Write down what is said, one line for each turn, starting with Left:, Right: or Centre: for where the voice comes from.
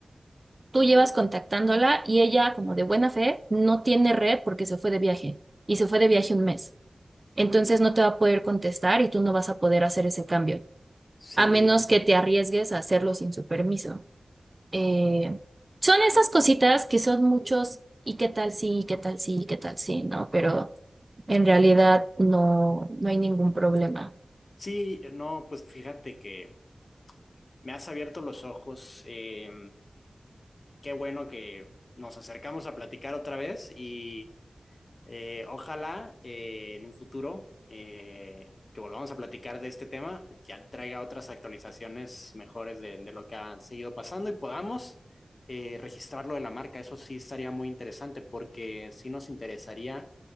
Right: Tú llevas contactándola y ella, como de buena fe, no tiene red porque se fue de viaje y se fue de viaje un mes. Entonces no te va a poder contestar y tú no vas a poder hacer ese cambio,
Left: Sí,
Right: a menos que te arriesgues a hacerlo sin su permiso. Eh, son esas cositas que son muchos y qué tal sí, y qué tal sí, y qué tal sí, ¿no? Pero en realidad no, no hay ningún problema.
Left: sí, no, pues fíjate que me has abierto los ojos. eh, qué bueno que nos acercamos a platicar otra vez y Eh, ojalá eh, en un futuro eh, que volvamos a platicar de este tema, ya traiga otras actualizaciones mejores de, de lo que ha seguido pasando y podamos eh, registrar lo de la marca. Eso sí estaría muy interesante porque sí nos interesaría